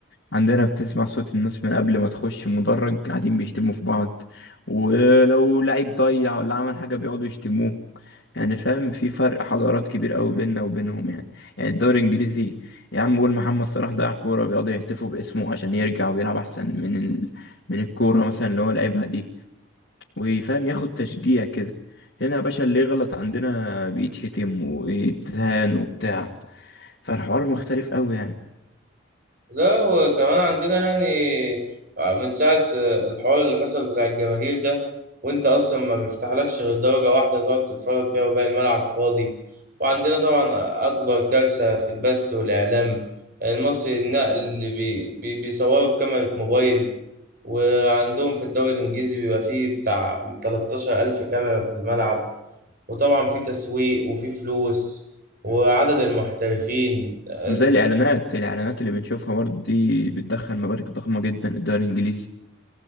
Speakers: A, on the left; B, on the right.
A: عندنا بتسمع صوت الناس من قبل ما تخش مدرج قاعدين بيشتموا في بعض ولو لعيب ضيع ولا عمل حاجة بيقعدوا يشتموه يعني فاهم في فرق حضارات كبير قوي بيننا وبينهم يعني يعني الدوري الانجليزي يا عم قول محمد صلاح ضيع كورة بيقعدوا يهتفوا باسمه عشان يرجع ويلعب احسن من ال... من الكورة مثلا اللي هو لعبها دي ويفهم ياخد تشجيع كده هنا يا باشا اللي يغلط عندنا بيتشتم ويتهان وبتاع فالحوار مختلف قوي يعني
B: لا وكمان عندنا يعني آه، من ساعة آه، الحوار اللي حصل بتاع الجماهير ده وانت اصلا ما بيفتحلكش غير درجة واحدة تقعد تتفرج فيها وباقي الملعب فاضي وعندنا طبعا اكبر كارثة في البث والاعلام المصري النقل اللي بي بي بيصوروا بكاميرا موبايل وعندهم في الدوري الانجليزي بيبقى فيه بتاع 13 الف كاميرا في الملعب وطبعا في تسويق وفي فلوس وعدد المحترفين آه،
A: وزي الإعلانات الإعلانات اللي بنشوفها برضه دي بتدخل مبالغ ضخمة جدا للدوري الإنجليزي